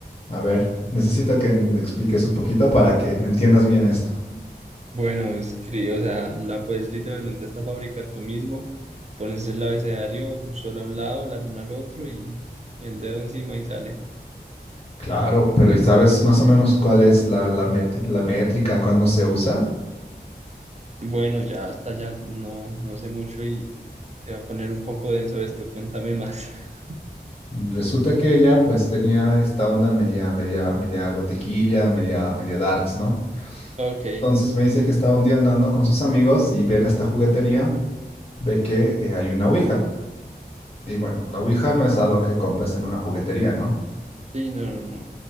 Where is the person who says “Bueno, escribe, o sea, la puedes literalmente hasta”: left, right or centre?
Right